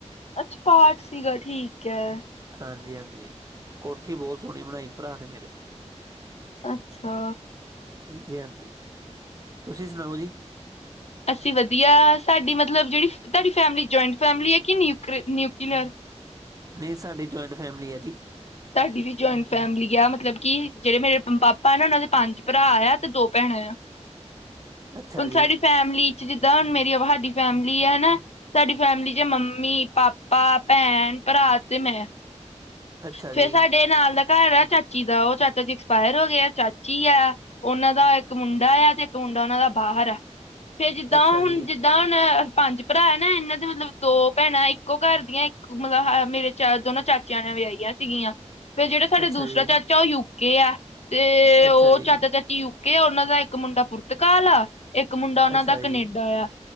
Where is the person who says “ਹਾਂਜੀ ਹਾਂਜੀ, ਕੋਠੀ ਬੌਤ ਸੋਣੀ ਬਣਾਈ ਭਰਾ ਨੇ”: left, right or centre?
Right